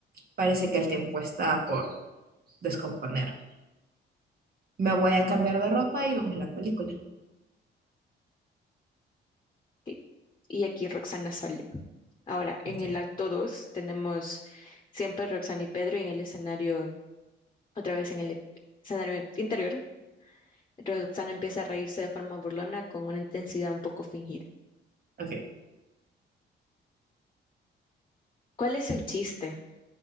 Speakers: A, on the right (about 50°); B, on the left (about 25°).
A: Parece que el tiempo está por descomponer. Me voy a cambiar de ropa y vemos la película.
B: Y y aquí Roxana Salim. Ahora, en
A: Ok,
B: el acto 2 tenemos siempre Roxana y Pedro y en el escenario, otra vez en el e-, escenario interior, Roxana empieza a reírse de forma burlona con una intensidad un poco fingida.
A: ok.
B: ¿Cuál es el chiste?